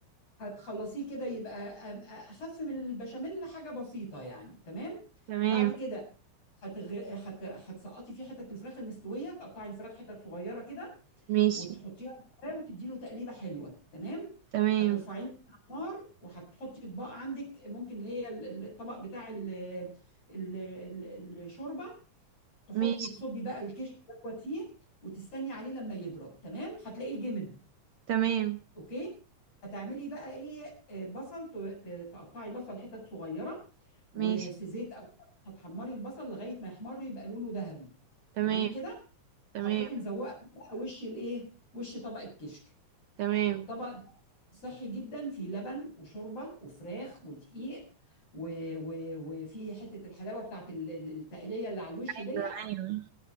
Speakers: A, on the left (about 55°); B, on the right (about 75°).
A: هتخلصيه كده يبقى أم- اخف من البشاميل حاجه بسيطه يعني تمام
B: تمام
A: بعد كده هتغ... هت... هتسقطي فيه حتة الفراخ المستوية تقطعي الفراخ حتت صغيرة كده
B: ماشي
A: وتحطيها في الفرن وتدي له تقليبة حلوة تمام
B: تمام
A: هترفعيه من على النار وهتحطي اطباق عندك ممكن اللي هي ال- ال- الطبق بتاع ال... ال... ال- الشوربة تحطي
B: ماشي
A: تصبي بقى الكشك دوت فيه وتستني عليه لما يبرد تمام هتلاقيه جمد
B: تمام
A: اوكي هتعملي بقى ايه آه، بصل ت- ت- تقطعي بصل حتت صغيره وفي
B: ماشي
A: زيت او هتحمري البصل لغايه ما يحمر يبقى لونه ذهبي
B: تمام
A: تمام كده
B: تمام
A: وهتروحي مزوقه بقى وش الايه وش طبق الكشك
B: تمام
A: الطبق ده صحي جدا فيه لبن وشوربه وفراخ ودقيق و... و... وفي حته الحلاوه بتاعت ال- ال- التقليه اللي على الوش دي
B: ايوه ايوه